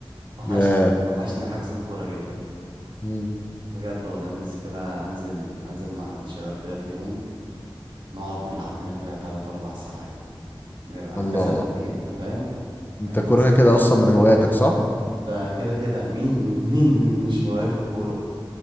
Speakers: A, on the right (about 60°); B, on the left (about 20°).
A: وحشني
B: يا
A: وحشني حجز الكورة جدا
B: مم.
A: بجد والله نفسي كده انزل انزل مع الشباب كده في يوم نقعد نلعب لنا كده 3 4 ساعات نبقى
B: الله
A: كذا فريق انت فاهم
B: انت
A: يعني
B: كوره
A: مثلا
B: كده اصلا من هواياتك صح
A: ده كده كده مين مين مين مين مش هوايته الكورة